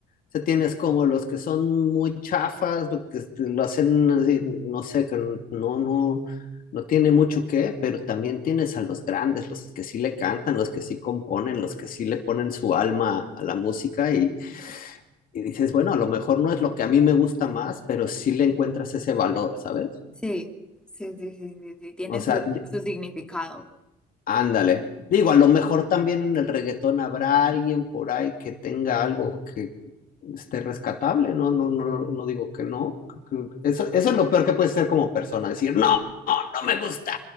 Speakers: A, on the left; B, in the centre.
A: O sea, tienes como los que son muy chafas, lo que este, lo hacen así, no sé, que no, no, no tiene mucho que, pero también tienes a los grandes, los que sí le cantan, los que sí componen, los que sí le ponen su alma a la música y, y dices, bueno, a lo mejor no es lo que a mí me gusta más, pero sí le encuentras ese valor, ¿sabes?
B: Sí, sí, sí, sí, sí, sí, tiene
A: O sea,
B: su, su significado.
A: Ándale. Digo, a lo mejor también en el reggaetón habrá alguien por ahí que tenga algo que esté rescatable, ¿no? No, no, no digo que no. Creo que Eso, eso es lo peor que puedes ser como persona, decir, no, no, no me gusta.